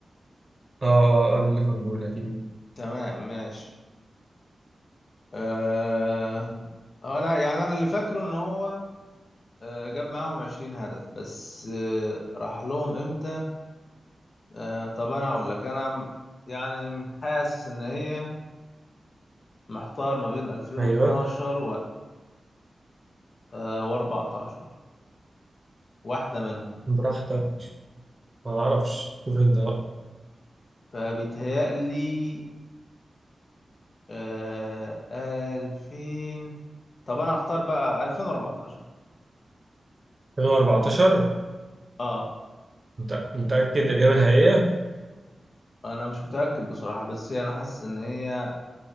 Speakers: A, on the right; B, on the left.
A: اه قبل ليفربول اكيد
B: تمام ماشي أه... انا يعني انا اللي فاكره ان هو آه، جاب معاهم 20 هدف بس آه، راح لهم امتى آه، طب انا اقول لك انا م- يعني حاسس ان هي محتار ما بين 2012
A: ايوه
B: و2014 واحدة منهم
A: براحتك ما اعرفش شوف انت بقى
B: فبيتهيألي آه، 2000 طب انا اختار بقى 2014
A: 2014
B: اه
A: متأ- متأكد إجابة نهائية
B: انا مش متأكد بصراحة بس هي انا حاسس ان هي